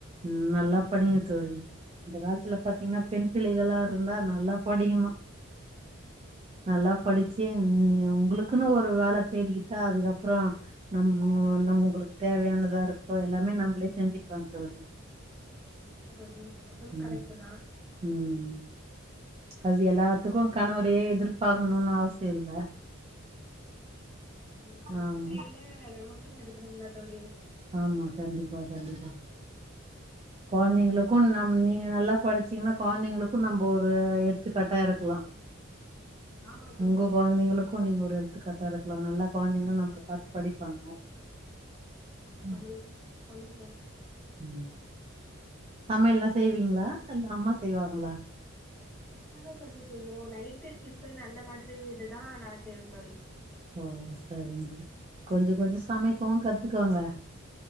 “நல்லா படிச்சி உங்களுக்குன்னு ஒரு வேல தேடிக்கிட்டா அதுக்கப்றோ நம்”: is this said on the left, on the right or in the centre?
Right